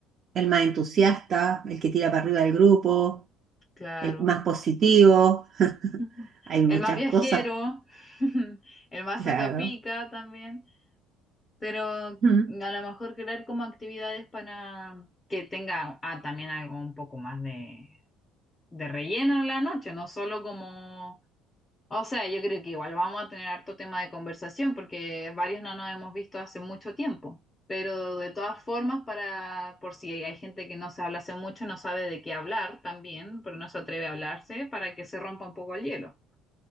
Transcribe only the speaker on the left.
claro.
<laughs>
El más viajero,
<laughs> el más
sacapica también, pero a
lo mejor crear como actividades para que tenga ah, también algo un poco más de, de relleno en la noche, no solo como O sea, yo creo que igual vamos a tener harto tema de conversación porque varios no nos hemos visto hace mucho tiempo. Pero de todas formas, para, por si hay gente que no se habla hace mucho, no sabe de qué hablar también, pero no se atreve a hablarse para que se rompa un poco el hielo.